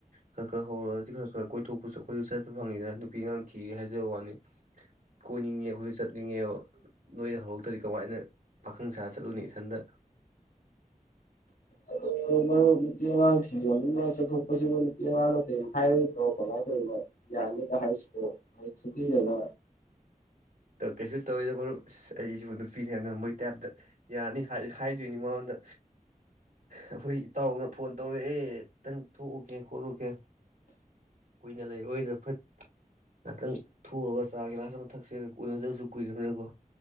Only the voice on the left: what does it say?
ꯑꯗꯣ ꯃꯔꯨꯞ ꯅꯨꯄꯤ ꯑꯉꯥꯡ ꯊꯤꯅꯤꯅ ꯆꯠꯊꯣꯛꯄꯁꯤꯕꯨ ꯅꯨꯄꯤ ꯑꯉꯥꯡꯅꯣ ꯀꯔꯤꯝ ꯍꯥꯏꯔꯣꯏꯗꯅꯣ ꯀꯃꯥꯏꯅ ꯇꯧꯔꯤꯅꯣ ꯌꯥꯅꯤꯗ ꯍꯥꯏꯔꯤꯁꯤꯕꯨꯣ ꯃ ꯊꯨꯕꯤꯗꯅ